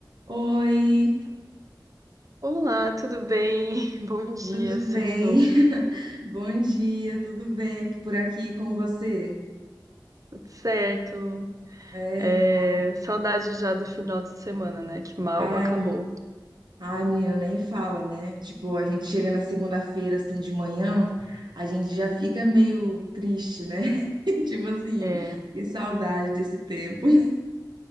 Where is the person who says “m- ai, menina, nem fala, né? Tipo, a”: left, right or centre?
Right